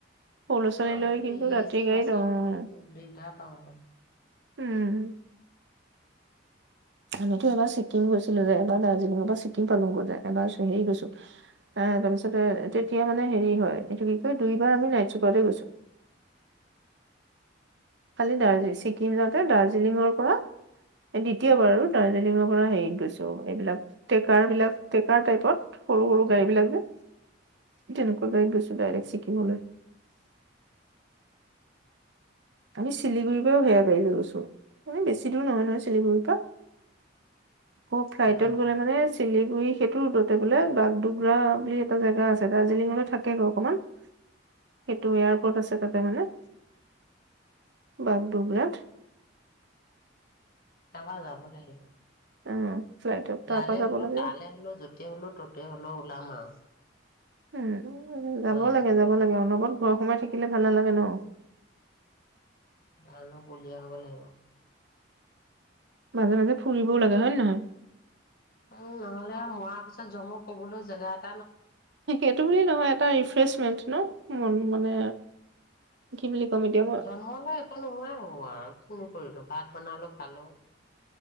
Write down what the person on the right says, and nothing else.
সৰু ল'ৰা ছোৱালী
লৈ
কিন্তু ৰাতি
গাড়ীত
অ',
উম। আমিতো এবাৰ ছিকিম গৈছিলোঁ যে, এবাৰ দাৰ্জিলিঙৰ পৰা ছিকিম পালোগৈ যে, এবাৰ হেৰি গৈছোঁ। এ তাৰ পিছতে, তেতিয়া মানে হেৰি হয়। এইটো কি কয় দুইবাৰ আমি নাইট চুপাৰতে গৈছোঁ। খালি দাৰ্জি ছিকিম যাওঁতে, দাৰ্জিলিঙৰ পৰা, দ্বিতীয়বাৰ আৰু দাৰ্জিলিঙৰ পৰা হেৰিত গৈছোঁ, এইবিলাক, ট্ৰেকাৰ বিলাক, ট্ৰেকাৰ টাইপত। সৰু সৰু
গাড়ী বিলাক যে। যেনেকুৱা গাড়ীত গৈছোঁ ডাইৰেক্ট চিকিমলৈ। আমি চিলিগুৰিৰ পৰাও সেয়া গাড়ী লৈ গৈছোঁ, মানে বেছি দূৰ নহয়- নহয় শিলিগুৰিৰ পৰা। অ', ফ্লাইটত
গ'লে মানে চিলিগুৰি সেইটো ৰোডতে বোলে, বাগদোগ্ৰা বুলি এটা জেগা আছে দাৰ্জিলিঙলৈ থাকে বাৰু অকমান। সেইটো এয়াৰপৰ্ট আছে তাতে মানে। বাগদগ্ৰাত।
উম ফ্লাইটত
তাৰ পৰা যাব
লাগে
উম, যাব
লাগে,
যাব লাগে, অনবৰবত ঘৰ সোমায়। থাকিলে ভাল নালাগে ন'।
মাজে মাজে ফুৰিবও লাগে হয় নে নহয়?
এইটো বুলি নহয়, এটা ৰিফ্ৰেচমেন্ট ন'? মন- মানে কি বুলি। ক'ম এতিয়া মই